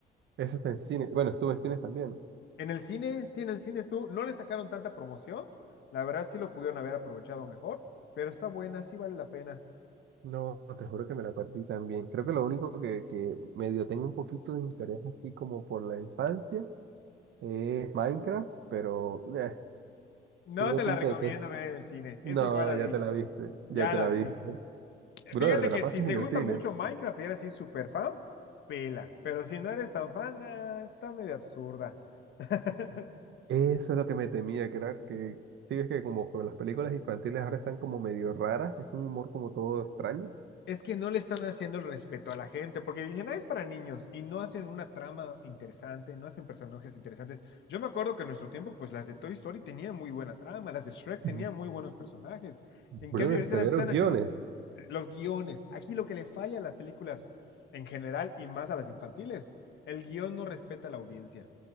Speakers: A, on the right (about 70°); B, on the left (about 65°).
A: Eso está en cine. Bueno, estuve en cines también.
B: En el cine, sí, en el cine estuvo, no le sacaron tanta promoción, la verdad sí lo pudieron haber aprovechado mejor, pero está buena, sí vale la pena.
A: No, te juro que me la perdí también. Creo que lo único que, que medio tengo un poquito de interés así como por la infancia es Minecraft, pero eh,
B: No
A: tengo
B: te
A: pinta
B: la recomiendo
A: de que...
B: ver en el cine,
A: No,
B: esa igual la
A: ya
B: vi,
A: te la viste, ya
B: ya
A: te
B: la
A: la
B: vi.
A: viste. Brother,
B: Fíjate
A: te
B: que
A: la pasas
B: si te
A: en
B: gusta
A: el cine.
B: mucho Minecraft y eres así súper fan, pela, pero si no eres tan fan, ah, está medio absurda. <laughs>
A: Eso es lo que me temía, que era que, sí, ves que como que las películas infantiles ahora están como medio raras, es un humor como todo extraño.
B: Es que no le están haciendo el respeto a la gente, porque dicen, ah, es para niños, y no hacen una trama interesante, no hacen personajes interesantes. Yo me acuerdo que en nuestro tiempo, pues las de Toy Story tenían muy buena trama, las de Shrek tenían
A: Mm.
B: muy buenos personajes. En
A: Brother,
B: cambio, ahorita
A: severos
B: las están
A: guiones.
B: haciendo eh, los guiones. Aquí lo que le falla a las películas en general y más a las infantiles, el guión no respeta a la audiencia.